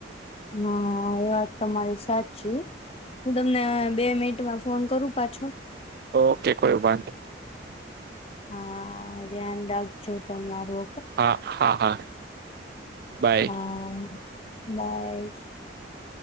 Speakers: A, on the left; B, on the right.
A: હા એ વાત તમા મારી સાચ છે. હું તમને બે મિનિટમાં ફોન કરું પાછો.
B: ઓકે કોઈભાર
A: હવેયાન ડક ચૂતો તમારો
B: હા હા હા બાય
A: હા બાઈ.